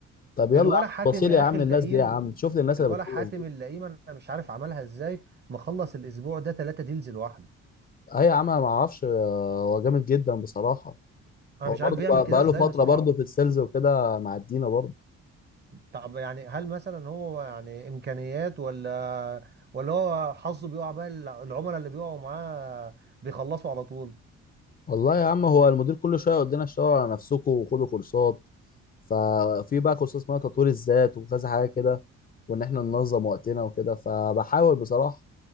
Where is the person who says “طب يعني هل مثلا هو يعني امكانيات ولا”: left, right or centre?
Right